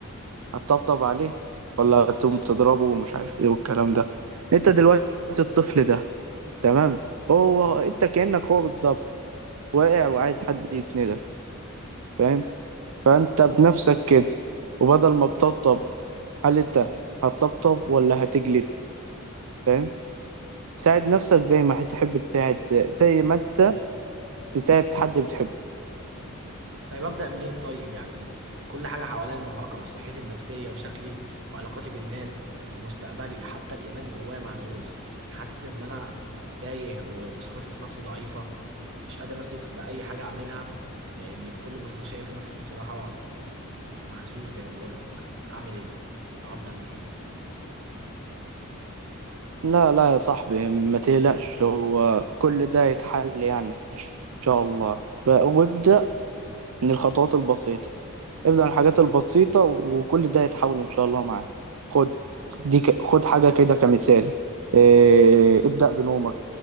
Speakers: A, on the right; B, on the right.
A: هتطبطب عليه ولا هتقوم تضربه ومش عارف ايه والكلام ده انت دلوقتي الطفل ده تمام هو انت كأنك هو بالظبط واقع وعايز حد يسندك فاهم فانت بنفسك كده وبدل ما تطبطب هل انت هتطبطب ولا هتجلد فاهم ساعد نفسك زي ما هتحب تساعد زي ما انت تساعد حد بتحبه
B: طيب أبدأ منين طيب يعني كل حاجة حواليا مرهقة صحتي النفسية وشكلي وعلاقاتي بالناس ومستقبلي حتى الإيمان جوايا مهزوز حاسس إن أنا تايه و- وثقتي في نفسي ضعيفة مش قادر أثق بأي حاجة أعملها لأني بكل بساطة شايف نفسي بصراحة مهزوز زي ما بقولك أعمل إيه أو أبدأ منين
A: لا لا يا صاحبي ما تقلقش هو كل ده يتحل يعني إن شاء الله ب- وابدأ من الخطوات البسيطة ابدأ من الحاجات البسيطة وكل ده يتحول إن شاء الله معاك خد دي ك... خد حاجة كده كمثال إيه... ابدأ بنومك